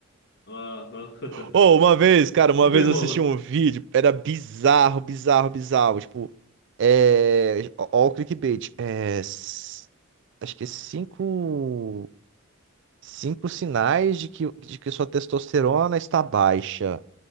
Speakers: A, on the left (about 50°); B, on the right (about 55°).
A: Aham. <laughs>
B: Ou uma vez, cara, uma
A: Ficou
B: vez
A: enrolando.
B: eu assisti um vídeo, era bizarro, bizarro, bizarro. Tipo, é. Ó, ó o clickbait. É. s- Acho que é cinco. Cinco sinais de que, de que sua testosterona está baixa.